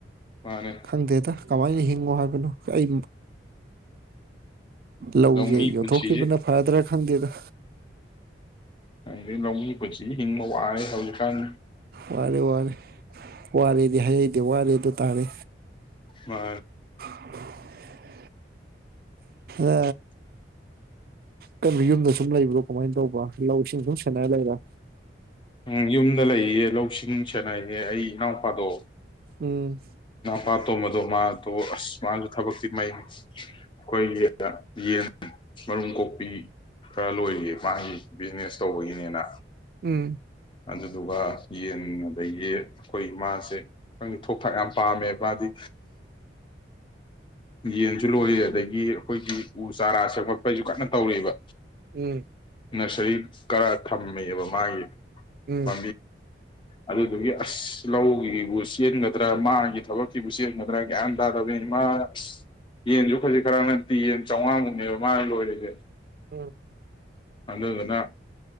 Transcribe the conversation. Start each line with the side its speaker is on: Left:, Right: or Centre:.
Left: ꯃꯥꯅꯦ
Right: ꯈꯪꯗꯦꯗ ꯀꯃꯥꯏꯅ ꯍꯤꯡꯉꯣ ꯍꯥꯏꯕꯅꯣ ꯑꯩ ꯂꯧꯁꯦ
Left: ꯂꯧꯃꯤ
Right: ꯌꯣꯟꯊꯣꯛꯈꯤꯕꯅ
Left: ꯄꯨꯟꯁꯤꯁꯦ
Right: ꯐꯗ꯭ꯔꯥ ꯗꯗ
Left: ꯑꯗꯩ ꯂꯧꯃꯤ ꯄꯨꯟꯁꯤ ꯍꯤꯡꯕ ꯋꯥꯔꯦ ꯍ ꯈꯥꯟ
Right: ꯕꯜ ꯋꯥ ꯄꯨꯋꯥꯔꯗꯤ ꯍꯥꯏꯦ ꯗꯤ ꯋꯥꯔꯦ ꯑꯗꯨ ꯇꯥꯔꯦ
Left: ꯃꯥ
Right: <unintelligible> ꯑ ꯀꯩꯅꯣ ꯌꯨꯝꯗ ꯁꯨꯝ ꯂꯩꯕ꯭ꯔꯣ ꯀꯃꯥꯏꯅ ꯇꯧꯕ ꯂꯧ ꯏꯁꯤꯡ ꯁꯨꯝ ꯁꯦꯟꯅꯔ ꯂꯩꯔ
Left: ꯎꯝ ꯌꯨꯝ ꯗ ꯂꯩꯌꯦ ꯂꯧꯁꯤꯡ ꯁꯦꯅꯥꯏ ꯑꯦ ꯑꯩ ꯏꯅꯥꯎꯄꯥꯗꯣ
Right: ꯎꯝ
Left: ꯄꯥꯇꯣꯝꯕꯗꯣ ꯃꯥꯗꯣ ꯑꯁ ꯃꯥꯅꯁꯨ ꯊꯕꯛꯇꯤ ꯃꯩ ꯑꯩꯈꯣꯏꯒꯤ ꯌꯦꯟ ꯃꯔꯨꯝ ꯀꯣꯛꯄꯤ ꯈꯔ ꯂꯣꯏꯔꯤꯌꯦ ꯃꯥꯒꯤ ꯕꯤꯖꯤꯅꯦꯁ ꯇꯧꯕꯒꯤꯅꯦꯅ
Right: ꯎꯝ
Left: ꯑꯗꯨꯗꯨꯒ ꯌꯦꯟ ꯑꯗꯒꯤ ꯑꯩꯈꯣꯏ ꯃꯥꯁꯦ ꯈꯪꯗꯦ ꯊ ꯊꯥꯛ ꯌꯥꯝ ꯄꯥꯝꯃꯦ ꯃꯥꯗꯤ ꯌꯦꯟꯁꯨ ꯂꯣꯏꯔꯤ ꯑꯗꯒꯤ ꯑꯩꯈꯣꯏꯒꯤ ꯎ ꯆꯥꯔꯥ ꯁꯦꯝꯒꯠꯄꯩꯁꯨ ꯀꯟꯅ ꯇꯧꯔꯤꯕ
Right: ꯎꯝ꯫
Left: ꯅꯁꯔꯤ ꯈꯔ ꯊꯝꯃꯦꯕ ꯃꯥꯒꯤ
Right: ꯎꯝ
Left: ꯆ ꯑꯗꯨꯗꯨꯒꯤ ꯑꯁ ꯂꯧꯒꯤꯕꯨ ꯆꯦꯟꯒꯗ꯭ꯔꯥ ꯃꯥꯒꯤ ꯊꯕꯛꯀꯤꯕꯨ ꯆꯦꯟꯒꯗ꯭ꯔꯥ ꯒꯌ꯭ꯥꯟ ꯇꯥꯗꯕꯅꯤ ꯃꯥ ꯑꯁ ꯌꯦꯟꯁꯨ ꯈꯖꯤꯛ ꯈꯔ ꯅꯠꯇꯦ ꯌꯦꯟ ꯆꯥꯝꯃꯉꯥꯃꯨꯛꯅꯦꯕ ꯃꯥꯅ ꯂꯣꯏꯔꯤꯁꯦ
Right: ꯎ
Left: ꯑꯗꯨꯗꯨꯅ